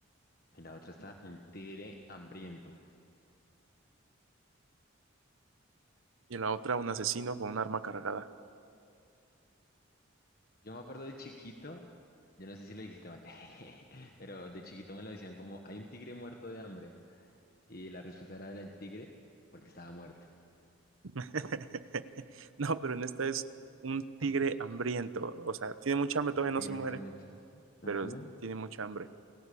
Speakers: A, on the left; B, on the right.
A: Y la otra está un tigre hambriento.
B: Y en la otra un asesino con un arma cargada.
A: Yo me acuerdo de chiquito, yo no sé si lo dijiste mal, <laughs> pero de chiquito me lo decían como, hay un tigre muerto de hambre. Y la respuesta era el tigre, porque estaba muerto.
B: <laughs> No, pero en esta es un tigre hambriento. O sea, tiene mucha hambre, todavía
A: El
B: no
A: tigre
B: se muere,
A: está muerto. Ajá.
B: pero tiene mucha hambre.